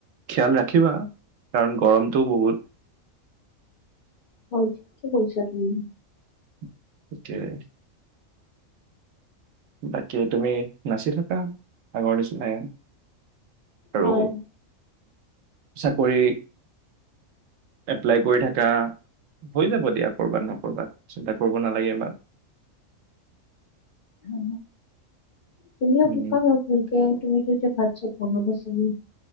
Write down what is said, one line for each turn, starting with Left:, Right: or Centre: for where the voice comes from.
Right: খিয়াল ৰাখ ৰাখিবা কাৰণ গৰমটোও বহুত
Left: হয় কি কৰিছা তুমি
Right: <unintelligible> বাকী তুমি নাচি থাকা আগৰ নিচিনাকে আৰু
Left: হয়
Right: চাকৰি এপ্লাই কৰি থাক আহ হৈ যাব দিয়া কৰবাত নহয় কৰ'বাত চিন্তা কৰিব নালাগে ইমান
Left: উম তুমিও
Right: উম
Left: শুকাম ভুলকে তুমিটো যে ভাল আ বনাব চাবি